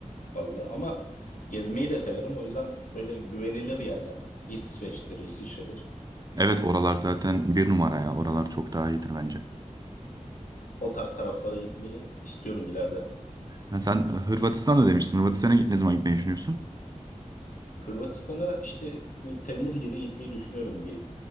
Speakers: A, on the left; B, on the right.
A: fazla ama gezmeyi de severim. O yüzden böyle güvenilir yerler. İsveç'tir, İsviçre'dir.
B: Evet oralar zaten bir numara ya. Oralar çok daha iyidir bence.
A: O tarz taraflara gitmeyi istiyorum ileride.
B: Ha, sen Hırvatistan'da demiştin. Hırvatistan'a git, ne zaman gitmeyi düşünüyorsun?
A: Hırvatistan'a işte bu Temmuz gibi gitmeyi düşünüyorum bir.